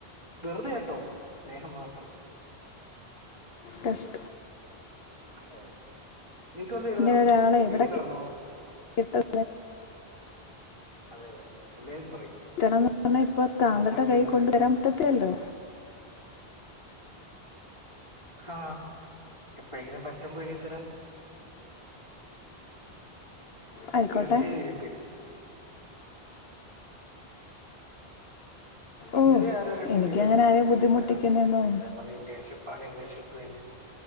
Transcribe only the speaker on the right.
വെറുതെട്ടോ സ്നേഹം മാത്രം.
അതെ അതെ നിനക്ക് വല്ല എഴുതാണണ്ടോ
എയുത്തരണോ?
അതെതെ എല്ലാരും പറയും.
നമ്മക്കെന്ത്
ഹ എപ്പോഴെങ്കിലും പറ്റമ്പോ എഴത്തരാം.
തീർച്ചയായും എഴുത്തരും. ഇന്നലെ
ആരോ രണ്ടു
പേര് വന്ന്
എയ്തരോയ്ച്ച ഞാന് പറ ഇന്റേഷി പണി ഇന്റേൺഷിപഞ